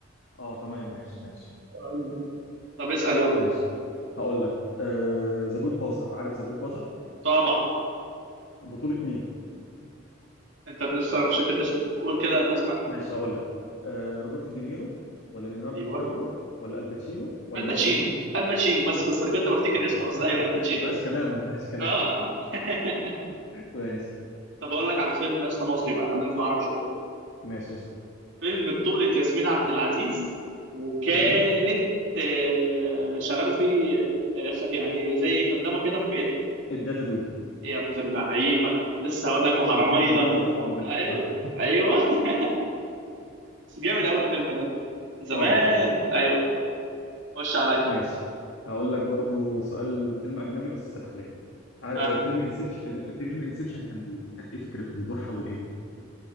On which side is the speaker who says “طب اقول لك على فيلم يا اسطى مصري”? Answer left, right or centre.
Right